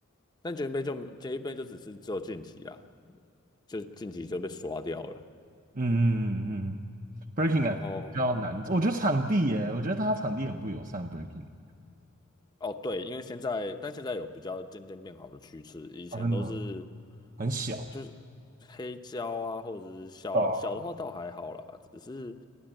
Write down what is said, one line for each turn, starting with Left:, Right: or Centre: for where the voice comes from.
Left: 但捷运杯就捷运杯就只是只有晋级啊，就晋级就被刷掉了。
Right: 嗯嗯嗯嗯嗯，breaking
Left: 然后
Right: 感觉比较难，我觉得场地耶，我觉得他场地很不友善，breaking
Left: 哦对，因为现在但现在有比较渐渐变好的趋势，以前都是
Right: 啊，真的吗很小，
Left: 就是黑胶啊，或者是小小的话倒还好啦，
Right: 对啊
Left: 只是